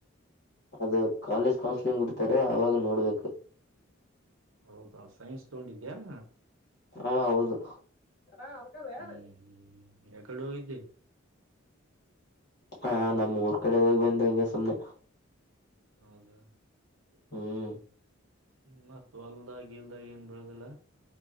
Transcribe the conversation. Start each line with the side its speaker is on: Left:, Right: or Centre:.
Left: ಅದು ಕಾಲೇಜ್ ಕೌನ್ಸಲಿಂಗ್ ಬಿಡ್ತಾರೆ ಅವಾಗ ನೋಡ್ಬೇಕು
Right: ಹೌದಾ ಸೈನ್ಸ್ ತಗೊಂಡಿದ್ಯಾನ
Left: ಹಾ ಹೌದುರ್ಕದ ಯಾರು
Right: ಹ್ಮ್ ಹ್ಮ್ ಯಕಡೆ ಹೋಗಿದ್ದಿ
Left: ಹ ನಮ್ಮ್ಊರ್ ಕಡೆ ಹೋಗಿ ಬಂದ ಹಂಗೆ ಸುಮ್ನೆ
Right: ಹೌದಾ
Left: ಹ್ಮ್
Right: ಇ ಮತ್ ಅಲ್ದಾಗ ಇಲ್ದಾಗ ಏನ್ ಬೆಳದಿಲ್ಲ